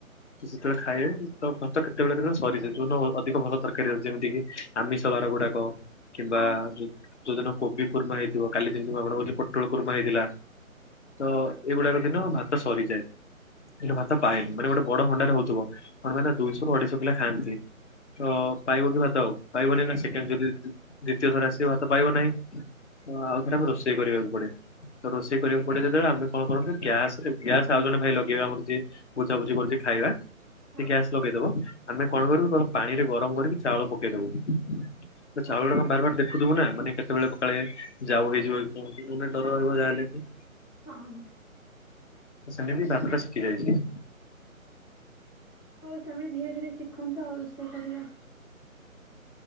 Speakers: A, on the left; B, on the right.
A: ସେତେବେଳେ ଖାଇବେ ତ ଭାତ କେତେବେଳେ କେତେବେଳେ ସରିଯାଏ ଅଧିକ ଭଲ। ତରକାରୀ ହୋଉଛି ଯେମିତିକି ଆମିଷବାର ଗୁଡାକ କିମ୍ବା
B: ହଁ
A: ଯୋଉଦିନ କୋବିକୁର୍ମା ହେଇଥିବ କାଲି ଯେମିତି <unintelligible> ପୋଟଳ କୁର୍ମା ହେଇଥିଲା। ତ ଏଇଗୁଡାକ ଦିନ ଭାତ ସରିଯାଏ। ଭାତ ପାଏନି ମାନେ ଗୋଟେ ବଡ ହଣ୍ଡାରେ ହଉଥିବ କଣ ପାଇଁ ନା ଦୁଇଶହରୁ ଅଢେଇଶହ ପିଲା ଖାଆନ୍ତି। ତ ପାଇବକି ଭାତ ଆଉ ପାଇବନି ନା ସେକେଣ୍ଡ ଯଦି। ଦ୍ୱିତୀୟଥର ଆସିବ ଭାତ ପାଇବ ନାହିଁ ତ ଆଉ ଥରେ ଆମକୁ ରୋଷେଇ କରିବାକୁ ପଡେ। ତ ରୋଷେଇ କରିବାକୁ ପଡେ ଯେତେବେଳେ ଆମେ କଣ କରୁ ନା ଗ୍ୟାସରେ ଗ୍ୟାସ ଆଉ ଜଣେ ଭାଇ ଲଗେଇବେ ଆମର ଯିଏ ବୁଝାବୁଝି କରୁଚି ଖାଇବା।
B: ହଁ
A: ସେ ଗ୍ୟାସ୍ ଲଗେଇଦବ ଆମେ କଣ କରୁ ନା ପାଣିରେ ଗରମ କରିକି ଚାଉଳ ପକେଇଦବୁ। ତ
B: ହଁ
A: ଚାଉଳ କଣ ବାରବାର ଦେ ଦେଖୁଥିବୁ ନା ମାନେ କେତେବେଳେ କେତେବେଳେ ଯାଉ ହେଇଯିବ କି କଣ ଡର ରହିବ ଯାହା ହେଲେବି।
B: ହଁ ହଁ
A: ସେମିତି ଭାତଟା ଶିଖି ଯାଇଛି।
B: ହଉ ସେମିତି ଧୀରେଧୀରେ ଶିଖନ୍ତୁ ଆଉ ରୋଷେଇ କରିବା।